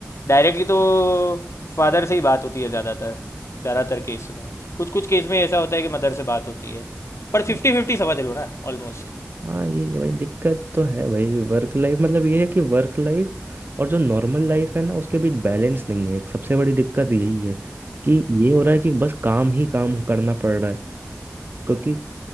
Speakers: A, on the left (about 80°); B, on the right (about 50°).
A: डायरेक्टली तो फादर से ही बात होती है ज़्यादातर ज़्यादातर केस में कुछ कुछ केस में ऐसा होता है कि मदर से बात होती है पर
B: हम्म,
A: फिफ्टी फिफ्टी समझ लो ना ऑलमोस्ट
B: हाँ ये ये भाई दिक्कत तो है भाई वर्क लाइफ मतलब ये है कि वर्क लाइफ और जो नॉर्मल लाइफ है ना उसके बीच बैलेंस नहीं है सबसे बड़ी दिक्कत यही है कि ये हो रहा है कि बस काम ही काम करना पड़ रहा है क्योंकि